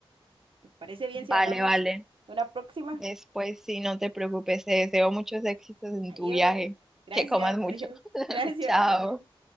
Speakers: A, on the right; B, in the centre.
A: ¿Te parece bien
B: Vale,
A: si hablamos
B: vale.
A: de una próxima?
B: Después sí, no te preocupes. Te deseo muchos éxitos en
A: Adiós.
B: tu viaje.
A: Gracias,
B: Que comas mucho.
A: adiós.
B: <laughs>
A: Gracias,
B: Chao.
A: adiós.